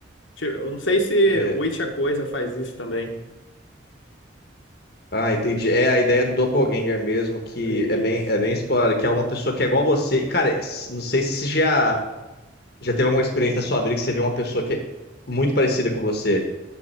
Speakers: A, on the left; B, on the left.
A: Tipo, eu não sei se
B: É.
A: o It a Coisa faz isso também.
B: Ah, entendi. É a ideia do doppelganger mesmo, que
A: Isso.
B: é bem, é bem explorada, que é uma pessoa que é igual a você. E, cara, s- não sei se já, já teve alguma experiência na sua vida que você viu uma pessoa que é muito parecida com você.